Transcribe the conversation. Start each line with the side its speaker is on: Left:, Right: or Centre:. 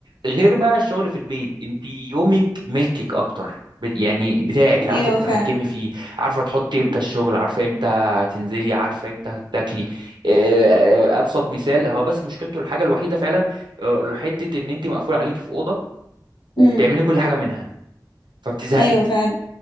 Right: غير بقى الشغل في البيت انت يومك ملكك اكتر ب- يعني بتاعك عارفه
Left: ايوه
Right: تتحكمي
Left: فعلا
Right: فيه عارفه تحطي
Left: مم.
Right: امتى الشغل عارفه هتنزلي عارفه امتى هتاكلي آه، آه، ابسط مثال هو بس مشكلته الحاجه الوحيده فعلا آه، حته ان انت مقفول عليكي في اوضه وبتعملي
Left: مم.
Right: كل حاجه منها فبتزهقي
Left: ايوه فعلا